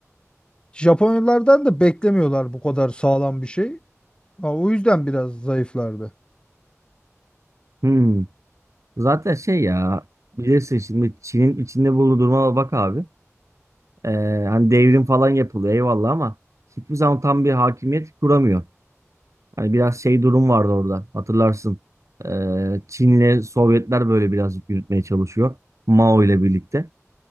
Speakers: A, on the left (about 20°); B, on the right (about 70°).
A: Japonlardan da beklemiyorlar bu kadar sağlam bir şey. Ha, o yüzden biraz zayıflardı.
B: Hmm. Zaten şey ya bilirsin şimdi Çin'in içinde bulunduğu duruma bak abi. Ee, hani devrim falan yapılıyor eyvallah ama hiçbir zaman tam bir hakimiyet kuramıyor. Hani biraz şey durum vardı orada hatırlarsın. Ee, Çin'le Sovyetler böyle birazcık yürütmeye çalışıyor. Mao ile birlikte.